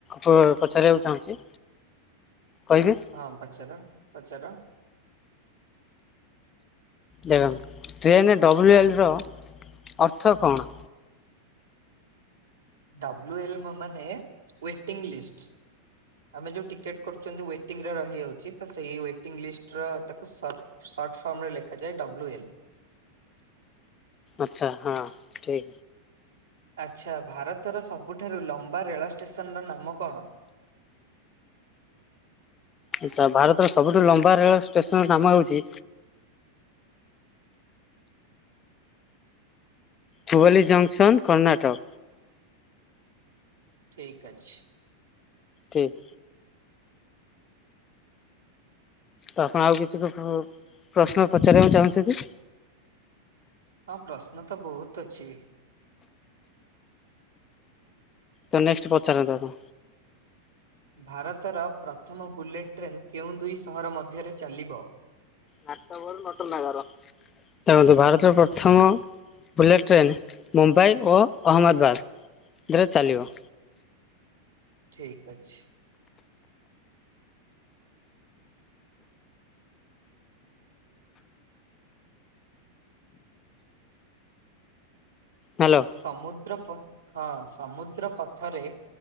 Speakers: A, on the left; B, on the right.
A: ପଚାରିବାକୁ ଚାହୁଁଛି କହିବି।
B: ହଁ ପଚାର ପଚାର।
A: ଦେବେ ଟେନ୍ ଡବ୍ଲ୍ୟୁ ଏଲ ର ଅର୍ଥ କଣ?
B: ଡବ୍ଲୁ ଏଲ ମାନେ ୱେଟିଂ ଲିଷ୍ଟ। ଆମେ ଯୋଉ ଟିକେଟ କରୁଛନ୍ତି ୱେଟିଂ ର ରହିଯାଉଛି ତ ସେଇ ୱେଟିଂ ଲିଷ୍ଟ ର ତାକୁ ସଟ୍ ସର୍ଟ ଫର୍ମ ରେ ଲେଖାଯାଏ ଡବ୍ଲୁ ଏଲ୍।
A: ଆଚ୍ଛା ହଁ ଠିକ୍ ଅଛି।
B: ଆଚ୍ଛା ଭାରତର ସବୁଠାରୁ ଲମ୍ବା ରେଳଷ୍ଟେସନର ନାମ କଣ?
A: ଆଚ୍ଛା ଭାରତର ସବୁଠୁ ଲମ୍ବା ରେଳ ଷ୍ଟେସନର ନାମ ହେଉଛି ହୁବଲି ଯଂକ୍ସନ କର୍ଣ୍ଣାଟକ।
B: ଠିକ୍ ଅଛି।
A: ଠିକ୍ ତ ଆପଣ ଆଉ କିଛି ପ୍ର ପ୍ର ପ୍ରଶ୍ନ ପଚାରିବାକୁ ଚାହୁଁଛନ୍ତି।
B: ହଁ ପ୍ରଶ୍ନ ତ ବହୁତ ଅଛି।
A: ତ ନେକ୍ସଟ ପଚାରନ୍ତୁ ଆପଣ।
B: ଭାରତର ପ୍ରଥମ ବୁଲେଟ ଟ୍ରେନ୍ କେଉଁ ଦୁଇ ସହର ମଧ୍ୟରେ ଚାଲିବ?
A: ନାଟବର ନଟ ନାଗର। ଦେଖନ୍ତୁ ଭାରତର ପ୍ରଥମ ବୁଲେଟ୍ ଟ୍ରେନ୍ ମୁମ୍ବାଇ ଓ ଅହମ୍ମଦବାଦରେ ଚାଲିବ।
B: ଠିକ ଅଛି।
A: ହାଲୋ।
B: ସମୁଦ୍ର ପ ହଁ ସମୁଦ୍ର ପଥରେ